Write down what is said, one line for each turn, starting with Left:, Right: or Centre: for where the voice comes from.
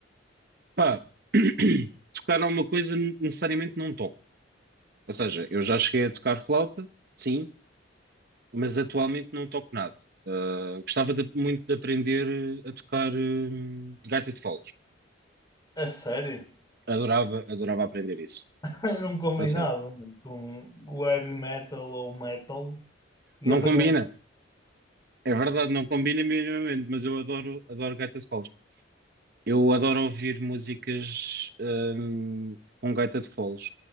Right: Pá, <coughs> <clears throat> tocar alguma coisa necessariamente não toco, Ou seja, eu já cheguei a tocar flauta, sim, mas atualmente não toco nada. Ah, gostava de- muito de aprender a tocar, hum, gaita de foles.
Left: A sério?
Right: Adorava, adorava aprender isso.
Left: <laughs> Não combinava
Right: A sério.
Left: mano, com o heavy metal ou o metal e
Right: Não
Left: aprendes.
Right: combina. É verdade, não combina minimamente, mas eu adoro, adoro gaita de foles. Eu adoro ouvir músicas, hum, com gaita de foles.